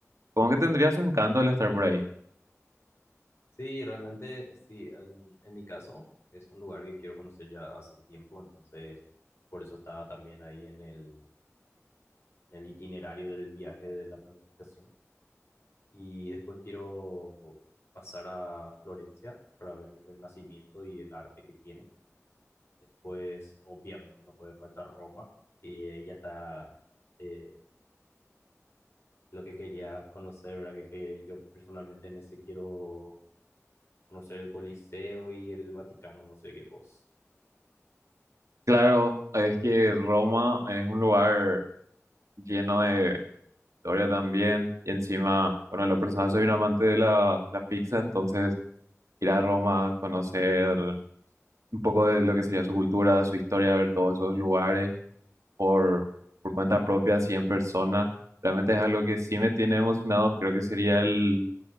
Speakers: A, on the right; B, on the left.
A: Como que tendría su encanto el estar por ahí.
B: Sí, realmente eh, sí, en, en mi caso es un lugar que quiero conocer ya hace tiempo, entonces por eso estaba también ahí en el, en el itinerario del viaje de la planificación. y después quiero pasar a Florencia para ver el Renacimiento y el arte que tiene. Después, obviamente, no puede faltar Roma, y ahí ya está eh, lo que quería conocer, ¿verdad? Que, que yo personalmente en ese quiero conocer el Coliseo y el Vaticano, no sé qué vos.
A: Claro, es que Roma es un lugar lleno de historia también. Y encima, bueno, en lo personal soy un amante de la, la pizza, entonces ir a Roma, conocer un poco de lo que sería su cultura, su historia, ver todos esos lugares por, por cuenta propia, así en persona, realmente es algo que sí me tiene emocionado. Creo que sería el